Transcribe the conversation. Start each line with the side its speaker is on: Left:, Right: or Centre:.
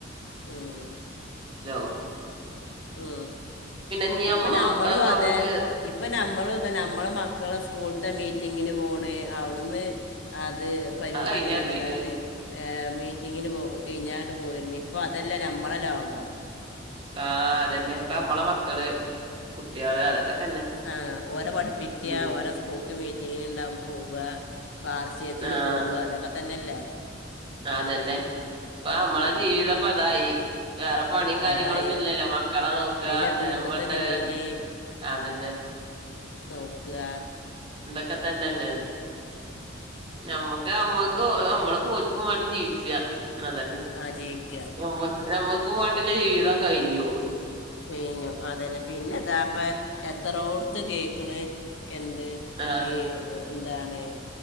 Left: ഉം,
Right: <unintelligible>
Left: ഉ
Right: ഇനി
Left: ഇപ്പ
Right: നമ്മളെ
Left: നമ്മളും
Right: മക്കളൊക്കെ അവിടെ
Left: അതെ
Right: ചേ
Left: ഇപ്പ നമ്മളും ഇത് നമ്മളെ മക്കള സ്കൂൾത്തെ മീറ്റിങ്ങി പോണ അവ്ടന്ന് ആ അത് പരിപാടി
Right: കഴിഞ്ഞാ
Left: എന്താണ്
Right: കഴിഞ്ഞ്
Left: ഏ മീറ്റിങ്ങിന് പോ കഴിഞ്ഞാണ്ട് പോര്ൺ ഇപ്പൊ അതല്ലേ നമ്മളെ ലോകം
Right: ആ അതന്നെ ഇപ്പ നമ്മളെ മക്കള് കുട്ട്യാൾ അതൊക്കെ തന്നെ
Left: ആ ഓര പഠിപ്പിക്കാ
Right: ഉം
Left: ഓരോ സ്കൂൾ ഞ്ഞി മീറ്റിങ്ങിന് ഉണ്ടാവുമ്പോൾ പോവുക വാർഷികത്തിന്
Right: ആഹ്
Left: പോവാ അതൊക്കെ തന്നെല്ലേ
Right: അതന്നെ ഇപ്പൊ നമ്മളെ
Left: ഉം
Right: ജീവിതപ്പ അതായി വാ വാ മ്മളെ ജീവിതപ്പതായി വേറെ പണിം കാര്യങ്ങളൊന്നും
Left: അതായി
Right: ഇല്ലല്ലോ മക്കളെ നോക
Left: പിന്നെ
Right: നേരം
Left: വീട്ടിലത്തെ
Right: വൾത്
Left: ജോലി
Right: അതന്നെ
Left: നോക്കാ
Right: ഇതൊക്കെ തന്നല്ലേ നമ്മക്ക്മ്മക്ക് ദോ ആ അമ്മള് പോൽക്കും വാണ്ടി ജീവിച്ച അതന്നെ
Left: ആ ജീവിക്കുക
Right: നമ്മക്ക് നമ്മ ക്കും വേണ്ടില്ല ജീവിതം കഴിഞ്ഞു
Left: കഴഞ്ഞു അതന്നെ പിന്നെതാപ്പ എത്രോ ത്ത് കേൾക്കണ എന്ത്
Right: ആഹ്
Left: ഈ ഇ എന്താണ്